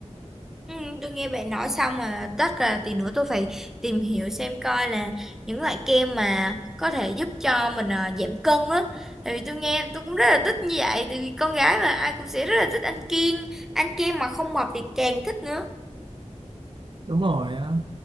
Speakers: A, in the centre; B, on the right (about 45°).
A: ừ, tôi nghe bạn nói xong mà chắc là tí nữa tôi phải tìm hiểu xem coi là những loại kem mà có thể giúp cho mình ờ, giảm cân á tại vì tôi nghe tôi cũng rất là thích như vậy tại vì con gái mà ai cũng sẽ rất là thích ăn kem ăn kem mà không mập thì càng thích nữa
B: đúng rồi á.